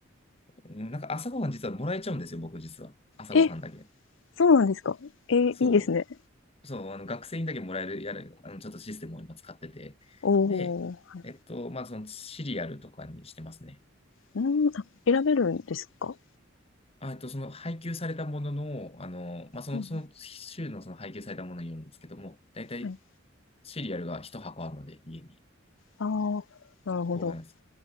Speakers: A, on the left; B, on the left.
A: うんなんか朝ごはん実はもらえちゃうんですよ、僕実は。朝ごはんだけ。
B: え、そうなんですかえーいいですね。
A: そう。そう、あの学生にだけもらえる、やる、あのちょっとシステムを今使ってて。
B: おー。
A: で、えっと、まあ、そのシリアルとかにしてますね。
B: うーん、あ、選べるんですか？
A: あ、えっと、その配給されたものの、あの、まあ、その、
B: うんうん、
A: その週のその配給されたものによるんですけども、だいたい
B: はい。
A: シリアルが一箱あるので、家に。
B: ああ、なるほど。
A: そうなんです。